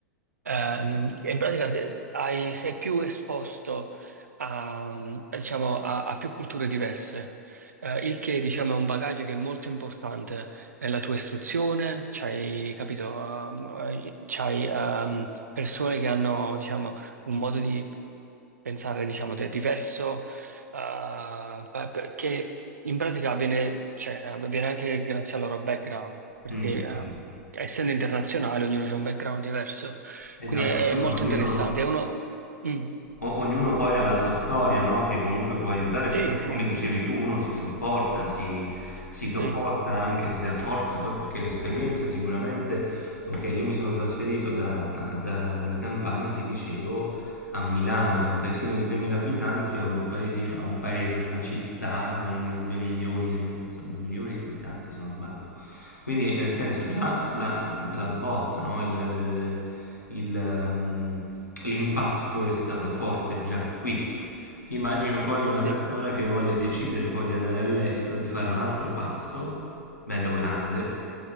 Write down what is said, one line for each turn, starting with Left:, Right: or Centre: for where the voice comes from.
Right: Ehm, in pratica te- hai- sei più esposto a, mm, diciamo, a, a più culture diverse, eh, il che diciamo, è un bagaglio che è molto importante nella tua istruzione, c'hai, capito, ehm, c'hai ehm, persone che hanno diciamo, un modo di pensare diciamo, de- diverso Ah, beh, perché in pratica avviene, cioè, avviene anche grazie al loro background, perché
Left: Mm, certo.
Right: ehm, essendo internazionale ognuno ha un background diverso,
Left: Esatto,
Right: quindi è,
Left: e poi
Right: è molto
Left: ognuno,
Right: interessante. È uno... Mm,
Left: O- ognuno poi ha la sua storia, no? Che comunque può aiutare, si-
Right: sì,
Left: come
Right: sì,
Left: dicevi tu, uno si supporta, si, si sopporta
Right: sì,
Left: anche, si dà forza, poi perché l'esperienza sicuramente, ok, io mi sono trasferito da- da- dalla Campania, ti dicevo, a Milano, da un paesino di 3.000 abitanti a un paesino, a un paese, una città con 2 milioni e mezzo, 2 milioni di abitanti se non sbaglio. Quindi nel senso già la, la botta, no? Il- il- il, ehm, l'impatto è stato forte già qui. Immagino poi una persona
Right: sì,
Left: che voglia decidere poi di andare all'estero, di fare un altro passo, bello grande,